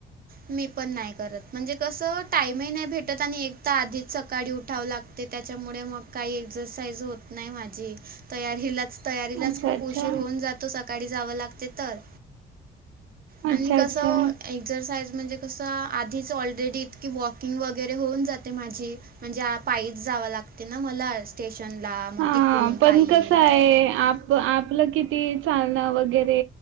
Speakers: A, on the right; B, on the right.
A: मी पण नाही करत म्हणजे कसं टाइम ही नाही भेटत आणि एक तर आधीच सकाळी उठावं लाग ते त्याच्यामुळे मग काही एक्झरसाईज होत नाही माझी तयारीलाच तयारीलाच
B: अच्छा
A: खूप
B: अच्छा.
A: उशीर होऊन जातो सकाळी जावं लागते तर. आणि
B: अच्छा
A: कसं
B: अच्छा.
A: एक्सरसाइज म्हणजे कसं, आधीच ऑलरेडी इतकी वॉकिंग वगैरे होऊन जाते माझी. म्हणजे पायीच जावं लागते ना. मला स्टेशन ला मग
B: हा
A: तिकडून
B: पण
A: पायी.
B: कसं आप. <unintelligible> आपलं किती? चालणं वगैरे